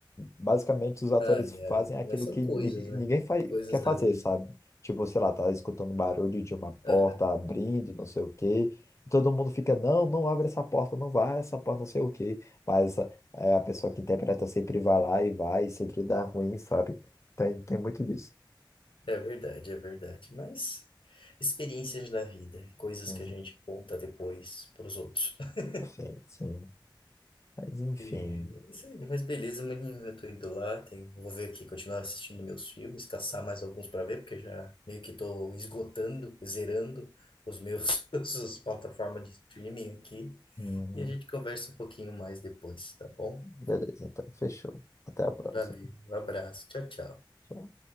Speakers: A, on the left; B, on the left.
A: basicamente, os atores
B: Ai, ai.
A: fazem aquilo
B: Mas são
A: que
B: coisas,
A: ningu-
B: né?
A: ninguém fa
B: Coisas
A: quer fazer,
B: da vida.
A: sabe? Tipo, sei lá, tá escutando barulho de uma porta
B: Ah,
A: abrindo, não sei o quê. Todo mundo fica, não, não abre essa porta, não vai, essa porta, não sei o quê. Mas é, a pessoa que interpreta sempre vai lá e vai, e sempre dá ruim, sabe? Tem, tem muito disso.
B: É verdade, é verdade. Mas experiências da vida, coisas
A: Uhum.
B: que a gente conta depois para os outros. <laughs>
A: Sim, sim. Mas enfim.
B: E é isso aí, mas beleza, maninho, eu tô indo lá, tem- vou ver aqui, continuar assistindo meus filmes, caçar mais alguns para ver, porque já meio que tô esgotando, zerando os meus <laughs> as plataformas de streaming aqui.
A: <laughs>
B: E a gente conversa um pouquinho mais depois, tá bom?
A: Beleza, então fechou. Até a próxima.
B: Valeu, um abraço, tchau, tchau.
A: Tchau.